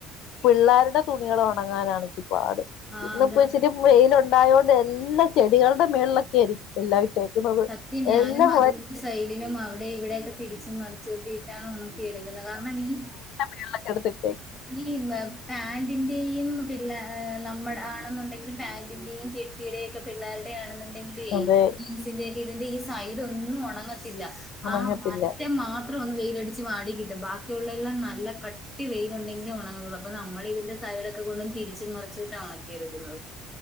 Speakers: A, on the left; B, in the centre.
A: പിള്ളേരുടെ തുണികള് ഉണങ്ങാനാണ് ഇച്ചി പാട്
B: ആ
A: ഇന്നപ്പോ
B: അതാ
A: ഇച്ചിരി വെയില് ഉണ്ടായോണ്ട് എല്ലാ ചെടികളുടെ മേൾലൊക്കെയിരിക്കും. എല്ലാം ഇട്ടേക്കുന്നത്
B: സത്യം ഞാനും
A: എല്ലാം
B: അതിന്റെ
A: പോ
B: സൈഡിലും അവിടെ ഇവിടെയൊക്കെ തിരിച്ചും മറിച്ചു ഒക്കെയിട്ടാൽ നമ്മക്ക് ഇറുകാണെ കാരണം ഈ
A: മേൾലൊക്കെടുത്ത്
B: ഈ മ്മ് പാന്റിന്റെയും പിളേ നമ്മുടെ ആണെന്നുണ്ടെങ്കിൽ പാന്റിന്റെയും ചെട്ടിയുടെക്കെ പിള്ളേരുടെ ആണെന്നുണ്ടെങ്കില്
A: അതെ
B: ജിൻസിന്റെ ഇതിന്റെ ഒക്കെ ഈ സൈഡ് ഒന്നും ഉണങ്ങത്തില്ല.
A: ഉണങ്ങത്തില്ല
B: ആഹ് അറ്റം മാത്രം ഒന്ന് വെയിലടിച്ച് വാടിക്കിട്ടും ബാക്കിയുള്ളെല്ലാം നല്ല കട്ടി വെയി ണ്ടെങ്കിൽ ഉണങ്ങള്ളൂ അപ്പൊ നമ്മൾ ഇതിന്റെ സൈഡ് ഒക്കെ കൊണ്ടും തിരിച്ചും മറിച്ചിട്ടും ഉണക്കിടുക്കുന്നത്.